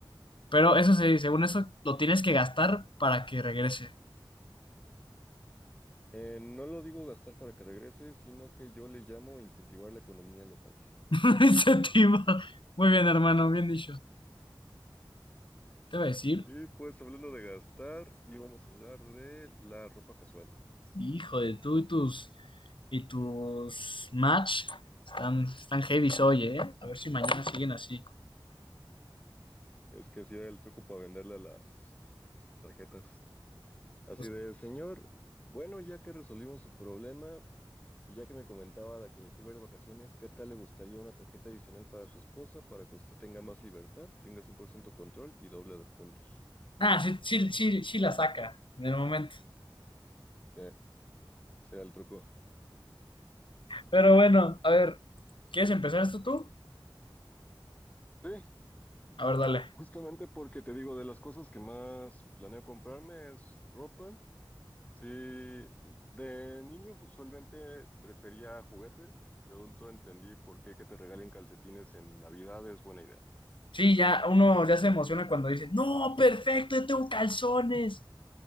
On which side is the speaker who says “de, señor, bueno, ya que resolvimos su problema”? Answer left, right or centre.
Left